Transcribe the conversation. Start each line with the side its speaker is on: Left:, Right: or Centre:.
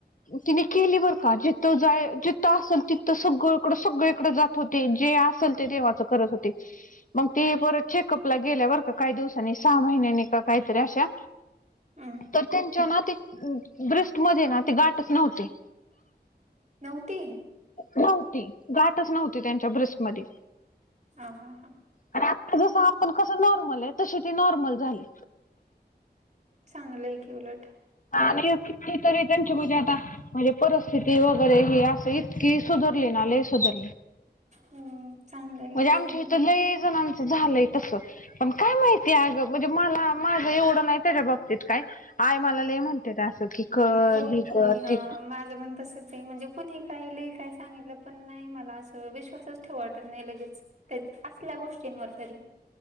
Left: तिने केली बर का जिथं जाय जिथं असेल तिथं सगळकडं सगळीकडे जात होती जे असेल ते देवाच करत होती. मग ती परत चेकअप ला गेल्या बर काही दिवसांनी सहा महिन्यांनी का काहीतरी अशा
Right: हम्म
Left: तर त्यांच्या ना ते ब्रेस्ट मध्ये ना ती गाठच नव्हती.
Right: नव्हती?
Left: नव्हती गाठच नव्हती त्यांच्या ब्रेस्टमध्ये.
Right: हां हां हां.
Left: आणि आता जस आपण कस नॉर्मलय तशी ती नॉर्मल झाली.
Right: चांगलंय की उलट.
Left: आणि कितीतरी त्यांची मजी आता म्हणजे परिस्थिती वगैरे ही असं इतकी सुधरली ना लय सुधरली.
Right: हम्म. चांगलं आहे
Left: म्हणजे
Right: का
Left: आमच्या
Right: ते?
Left: इथ लय जणांच झालंय तस. पण काय माहिती अग म्हणजे मला माझं एवढं नाही त्याच्या बाबतीत काय आय मला लय म्हणत्यात असं की कर
Right: होकी
Left: ही कर
Right: अ
Left: ती
Right: माझ. माझ पण तसचय म्हणजे कोणी काय लय काय सांगितलं पण नाही मला असं विश्वासच ठेवू वाटत नाही लगेच. तर असल्या गोष्टींवर तरी.